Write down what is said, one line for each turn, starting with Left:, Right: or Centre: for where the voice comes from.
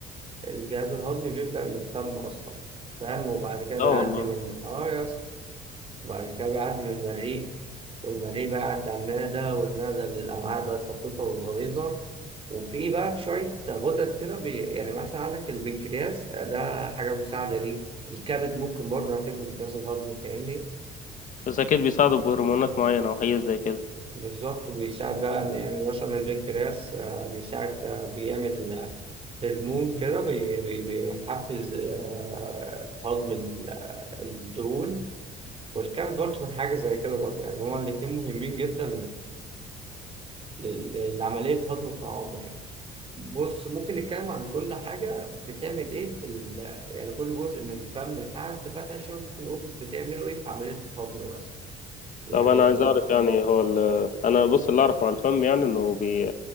Right: الجهاز الهضمي بيبدا من الفم اصلا فاهم وبعد كده
Left: لا
Right: بيعدي
Left: والله
Right: من اه يا وبعد كده بيعدي من المريء والمريء بقى يعدي على المعدة والمعدة للأمعاء بقى الدقيقة والغليظة وفي بقى شوية غدد كده بي... يعني مثلا عندك البنكرياس ده حاجة مساعدة ليه الكبد ممكن برضه نعتبره بنكرياس الهضمي فاهمني
Left: بس أكيد بيساعدوا بهرمونات معينة أو حاجات زي كده
Right: بالظبط بيساعد بقى يعني مثلا البنكرياس آه، بيساعد آه، بيعمل آه، هرمون كده بي- بي- بيحفز آه، هضم ال- آه، الدهون والكبد برضه من حاجة زي كده برضه يعني هما الاتنين مهمين جدا ل- لعملية هضم الطعام يعني بص ممكن نتكلم عن كل حاجة بتعمل إيه في ال... يعني كل جزء من الفم لحد فتح الشم ممكن نقول بتعمله إيه في عملية الهضم مثلا يعني
Left: طب انا عايز اعرف يعني هو ال... انا بص اللي اعرفه على الفم يعني انه بي...